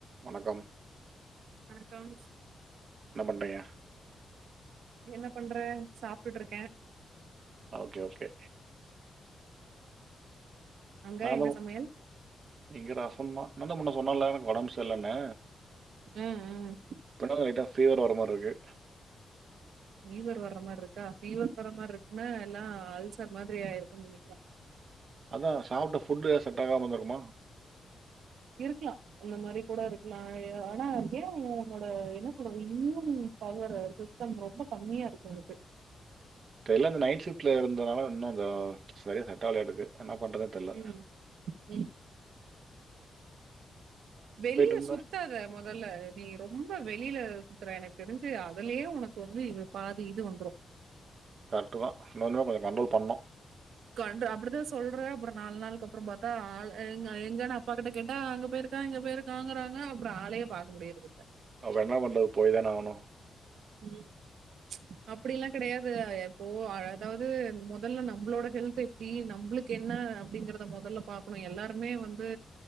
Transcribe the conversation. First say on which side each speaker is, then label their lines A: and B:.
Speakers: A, on the right; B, on the right.
A: வணக்கம்
B: வணக்கம்
A: என்ன பண்றீங்க
B: என்ன பண்றே சாப்டுட்ருக்கே
A: ஓகே ஓகே
B: அங்க
A: நா
B: என்ன
A: தோ
B: சமையல்
A: இங்க ரசம் தா நாந்தா முன்ன சொன்னல எனக்கு ஒடம்பு சரில்லணு
B: ம் ம்
A: ப்பதா லைட்டா ஃபீவர் வர மாரிருக்கு
B: ஃபீவர் வர மாரி இருக்கா ஃபீவர் வர மாரி இருக்குன்னா எல்லா அல்சர் மாதிரி ஆய்ருக்குனு நெனைக்றே
A: அதா சாப்ட்ட ஃபுட்டு ஏது செட்டாகாம இருந்திருக்குமா
B: இருக்கலா இந்த மாரி கூட இருக்கலா ஆனா ஏன் உன்னோட என்ன சொல்றது இம்யூன் பவர் சிஸ்டம் ரொம்ப கம்மியா இருக்கு உனக்கு
A: எல்லா இந்த நைட் ஷிப்ட்ல இருந்தனால இன்னுந்த சரியா செட் ஆகலயாட்டுக்கு என்ன பண்றதுன் தெர்ல
B: ம் ம் வெளில
A: இருந்தேன்.
B: சுத்தாத மொதல நீ ரொம்ப வெளில சுத்ர எனக்கு தெரிஞ்சு அதுலயே உனக்கு வந்து இ பாதி இது வந்துரு
A: கரெக்ட் தா இன்னொமே கொஞ்சம் கண்ட்ரோல் பண்ணு
B: பண்றா அப்டிதா சொல்ற அப்பறோ நால் நாள்க்கப் அப்பறோ பாத்தா ஆள் எங் எங்கனா பாக்கர்தே கேட்டா அங்க போயிருக்கா இங்க போயிருக்காங்கறாங்க அப்பறோ ஆளையே பாக்க முடியறது இல்ல
A: அப்ப என்னா பண்றது போய் தான ஆகனு
B: உம் அப்படி எல்லாம் கிடையாது எப்போவோ அதாவது முதல்ல நம்மளோட ஹெல்த் எப்படி நம்புளுக்கு என்ன அப்படிங்கறத முதல்ல பாக்கணும் எல்லாருமே வந்து